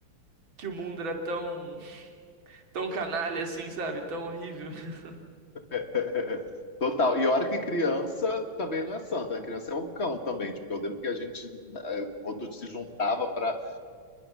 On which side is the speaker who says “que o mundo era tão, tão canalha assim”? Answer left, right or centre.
Right